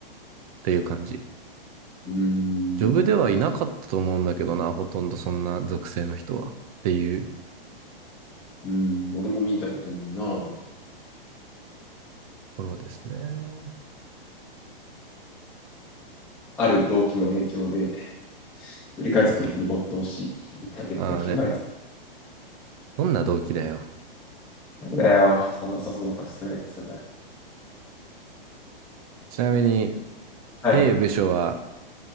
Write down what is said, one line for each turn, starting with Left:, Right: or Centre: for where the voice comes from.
Right: ていう感じ。
Centre: うーん、
Right: ジョブではいなかったと思うんだけどな、
Centre: 確か
Right: ほとんどそんな属性の人は。っていうと
Centre: うん、俺も見たことないな。
Right: ころですね。
Centre: ある動機の影響で、作りか作りに没頭し、1ヶけで9枚作る。
Right: ああね。どんな動機だよ。
Centre: なんだよ、そんな誘そのかしするやつ。
Right: ちなみに、
Centre: はい。
Right: 兵部署は